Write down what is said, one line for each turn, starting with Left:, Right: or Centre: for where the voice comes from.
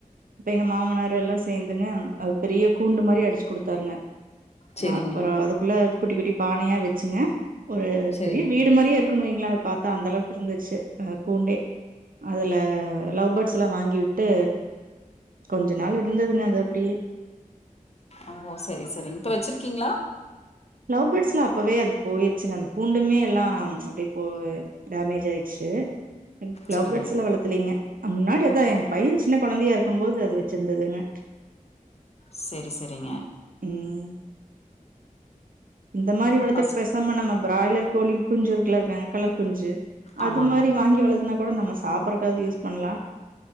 Right: இப்ப எங்க மாமனார் எல்லாம் சேர்ந்துங்க அ பெரிய கூண்டு மாரி அடிச்சு குடுத்தாருங்க
Left: சரிங்க,
Right: அப்புறம் அதுக்குள்ள குட்டி குட்டி பானையா வச்சுங்க ஒரு
Left: சரிங்க.
Right: பெரிய வீடு மாரியே இருக்கு இருக்குன்னு வைங்களேன் அநத பார்த்தா அந்த அளவுக்கு இருந்துச்சு அந்த கூண்டே அதுல லவ்பேர்ட்ஸ் எல்லாம் வாங்கி விட்டு கொஞ்ச நாள் இருந்ததுங்க அது அப்படியே
Left: ஓ சரி சரிங்க இப்ப வச்சிருக்கீங்களா
Right: லவ் பேர்ட்ஸ் எலாம் அப்பவே அது போயிருச்சுங்க அந்த கூண்டுமே எல்லாம் அப்படியே டேமேஜ் ஆயிடுச்சு
Left: சரிங்க.
Right: லவ் பேர்ட்ஸ் எலாம் வளத்தலீங்க முன்னாடி அதா எ பையன் சின்ன குழந்தையா இருக்கும்போது அது வச்சிருந்ததுங்க
Left: சரி சரி சரிங்க
Right: உம் இந்த மாதிரி
Left: உங்க
Right: வளத்துக்கு
Left: பச
Right: பேசாம நம்ம பிராய்லர் கோழி குஞ்சு இருக்குள்ளங்க கலர் குஞ்சு அது
Left: ஆமாங்க,
Right: மாதிரி வாங்கி வளதுனா கூட நம்ம சாப்பறக்காவது யூஸ் பண்ணலாம்